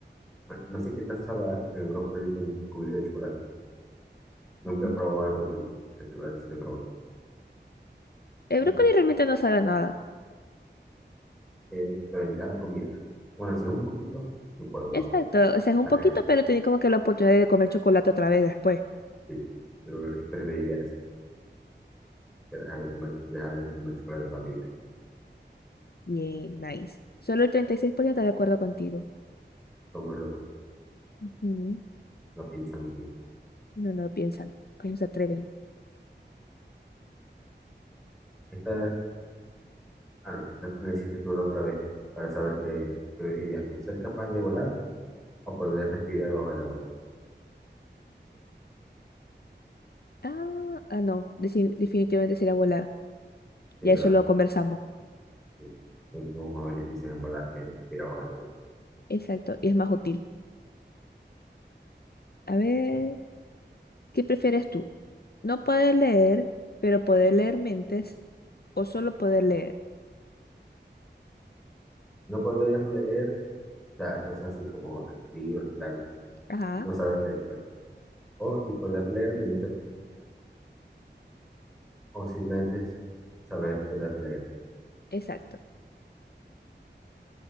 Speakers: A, in the centre; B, on the left.
A: bueno, no sé qué tal sabrá el brócoli con cubierta de chocolate. Nunca
B: Ujú.
A: he probado el brócoli, el chocolate sí lo he probado.
B: El
A: Así
B: brócoli realmente no sabe a nada.
A: que, pero en cada comida. Bueno, si es un poquito, me puedo
B: Exacto, o sea, es un
A: arreglar.
B: poquito, pero tenés como que la oportunidad de comer chocolate otra vez después.
A: Sí, yo preferiría eso, que dejar de comer, dejar de comer chocolate toda mi vida.
B: Bien, nice. Solo el 36% está de acuerdo contigo.
A: Son unos locos,
B: Ujú.
A: no piensan bien.
B: No, no lo piensan. ¿Cómo se atreven?
A: Esta, ah, no, esta me la hiciste tú la otra vez para saber qué, qué elegirías tú, ser capaz de volar o poder respirar bajo el agua.
B: Ah, ah, no. defi- definitivamente será volar.
A: Sí,
B: Ya
A: ¿verdad?
B: eso lo conversamos.
A: Sí, tenemos más beneficios en volar que en respirar bajo el agua.
B: Exacto. Y es más útil. A ver, ¿qué prefieres tú? ¿No poder leer, pero poder leer mentes o solo poder leer?
A: No poder leer, o sea, cosas así como libros y tal,
B: Ajá,
A: no saber leer, pues. O, y poder leer mentes, o simplemente saber poder leer.
B: exacto.